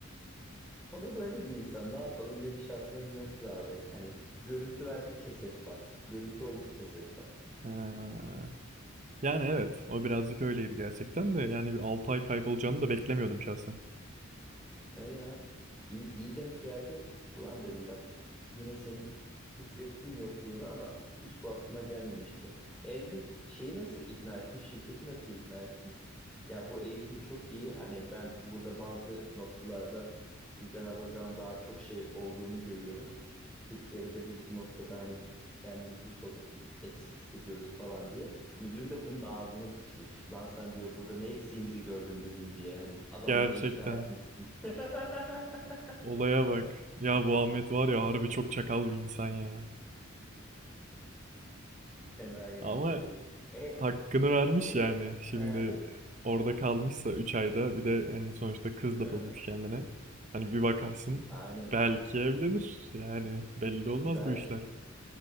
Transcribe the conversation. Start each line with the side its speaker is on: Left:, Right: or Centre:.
Centre: O da böyle bir insan. Ne yapalım? Nevi şahsına münhasır abi. Hani görüntü verdikçe ses var. Görüntü oldukça ses var.
Right: Ee, yani evet o birazcık öyleydi gerçekten de yani bir 6 ay kaybolacağını da beklemiyordum şahsen.
Centre: E ya iyi, iyi denk geldi. Ulan dedim bak s- yine senin hissettim yokluğunu ama hiç bu aklıma gelmemişti. E dedim şeyi nasıl ikna ettin? Şirketi nasıl ikna ettin? Ya bu eğitim çok iyi. Hani ben burada bazı noktalarda sizden alacağım daha çok şey olduğunu görüyorum. Türkiye'de de biz bu noktada hani kendimizi çok eksik hissediyoruz falan diye. Müdür de bunun ağzına sıçmış. Lan sen diyor burada ne eksiğimizi gördün bizim diye. Hani adamları
Right: Gerçekten
Centre: ikna etmişsin. <laughs>
Right: olaya bak ya bu Ahmet var ya harbi çok çakal bir insan ya.
Centre: Fena yemin
Right: Ama
Centre: ediyorum. E,
Right: Hakkını vermiş
Centre: e,
Right: yani. Şimdi
Centre: e,
Right: e, orada kalmışsa 3 ayda bir de hani sonuçta kız da
Centre: e.
Right: bulmuş kendine. Hani bir bakarsın
Centre: Aynen.
Right: belki evlenir. Yani belli olmaz
Centre: Belki.
Right: bu işler.